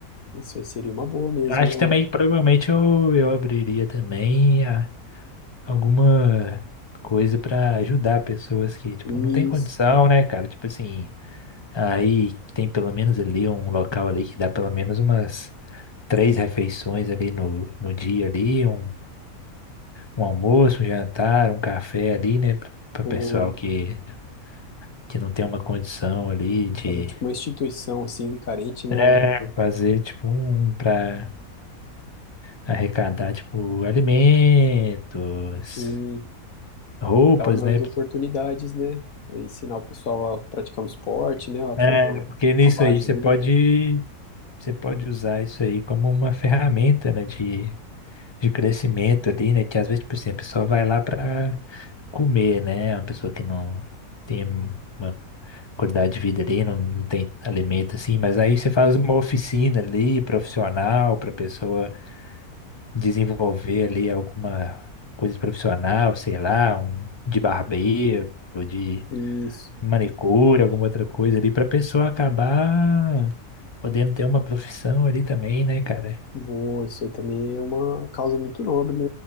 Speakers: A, on the left; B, on the left.
A: Isso aí seria uma boa mesmo,
B: Eu acho
A: não?
B: que também, provavelmente, eu, eu abriria também alguma coisa pra ajudar pessoas que, tipo,
A: Isso,
B: não tem condição, né, cara? Tipo assim, aí tem pelo menos ali um local ali que dá pelo menos umas três refeições ali no, no dia ali, um, um almoço, um jantar, um café ali, né, pra, pra
A: boa.
B: pessoal que, que não tem uma condição ali de
A: Fazer tipo uma instituição, assim, carente, né?
B: é,
A: Um,
B: fazer, tipo, um pra arrecadar, tipo, alimentos,
A: sim,
B: roupas,
A: dar umas
B: né?
A: oportunidades, né? Ensinar o pessoal a praticar um esporte, né? A
B: É,
A: ter uma,
B: porque nisso
A: uma base
B: aí você
A: ali,
B: pode
A: né?
B: você pode usar isso aí como uma ferramenta, né, de, de crescimento ali, né, que às vezes, tipo assim, a pessoa vai lá para comer, né, uma pessoa que não tem uma qualidade de vida ali, não, não tem alimento assim, mas aí você faz uma oficina ali, profissional, para pessoa desenvolver ali alguma coisa de profissional, sei lá, um de barbeiro, de
A: Isso.
B: manicure, alguma outra coisa ali, para pessoa acabar podendo ter uma profissão ali também, né, cara?
A: Boa, isso aí também é uma causa muito nobre, né?